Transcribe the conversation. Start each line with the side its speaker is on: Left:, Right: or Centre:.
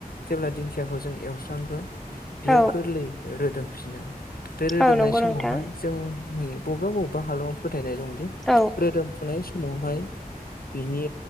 Left: जेब्ला दिंखियाखौ जों एवस्रांगोन बियो
Centre: औ
Left: गोरलै रोदोमफिनो। बे रोदोमनाय
Centre: औ नंगौ
Left: समावहाय
Centre: नोंथां
Left: जोंनि बबेबा बबेबा हालामाव फोथायनाय दंदि
Centre: औ
Left: रोदोमफुनाय समावहाय बिनि